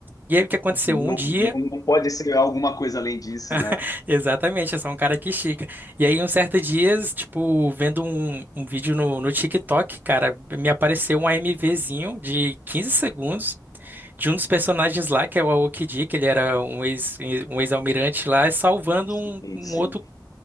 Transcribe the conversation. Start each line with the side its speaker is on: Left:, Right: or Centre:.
Right: E aí o que aconteceu?
Left: Não,
Right: Um dia,
Left: não, não pode ser alguma coisa além disso, né?
Right: <laughs> exatamente, é só um cara que estica. E aí, um certo dia, tipo, vendo um, um vídeo no, no TikTok, cara, me apareceu um AMVzinho de 15 segundos de um dos personagens lá, que é o Aokiji, que ele era um ex, um ex-almirante lá, salvando um,
Left: Sim,
Right: um
Left: sim.
Right: outro